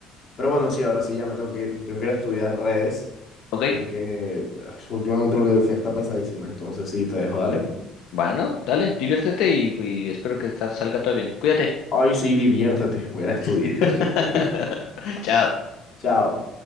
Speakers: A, on the left (about 40°); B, on the left (about 75°).
A: Pero bueno, sí, ahora sí ya me tengo que ir, tengo que ir a estudiar redes
B: ¿Ok?
A: porque eh, últimamente la universidad está pesadísima. Entonces sí, te dejo, dale.
B: Bueno, dale, diviértete y, y espero que sa- salga todo bien. Cuídate.
A: Ay, sí, diviértete, voy a ir a estudiar.
B: <laughs>
A: <laughs>
B: Chao.
A: Chao.